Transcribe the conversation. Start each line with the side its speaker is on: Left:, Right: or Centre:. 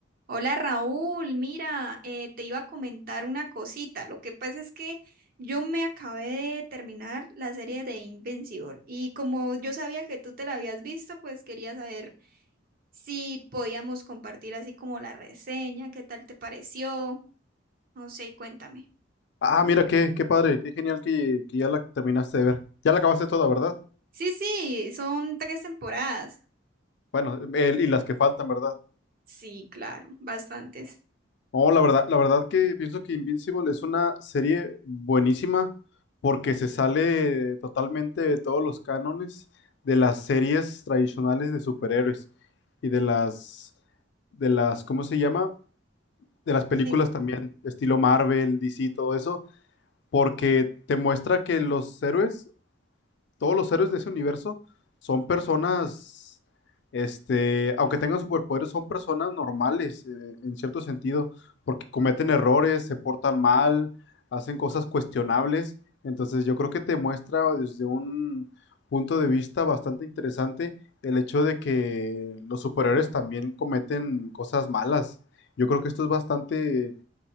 Right: Hola Raúl, mira, eh, te iba a comentar una cosita. Lo que pasa es que yo me acabé de terminar la serie de Invincible y como yo sabía que tú te la habías visto, pues quería saber si podíamos compartir así como la reseña, qué tal te pareció. No sé, cuéntame.
Left: Ah, mira, qué, qué padre, qué genial que, que ya la terminaste de ver. Ya la acabaste toda, ¿verdad?
Right: Sí, sí, son tres temporadas.
Left: Bueno, el- y las que faltan, ¿verdad?
Right: Sí, claro, bastantes.
Left: No, la verdad, la verdad que pienso que Invincible es una serie buenísima porque se sale totalmente de todos los cánones de las series tradicionales de superhéroes y de las, de las, ¿cómo se llama? De las películas
Right: Eh,
Left: también, estilo Marvel, DC, todo eso, porque te muestra que los héroes todos los héroes de ese universo son personas, este, aunque tengan superpoderes, son personas normales, eh, en cierto sentido, porque cometen errores, se portan mal, hacen cosas cuestionables. Entonces yo creo que te muestra desde un punto de vista bastante interesante el hecho de que los superhéroes también cometen cosas malas. Yo creo que esto es bastante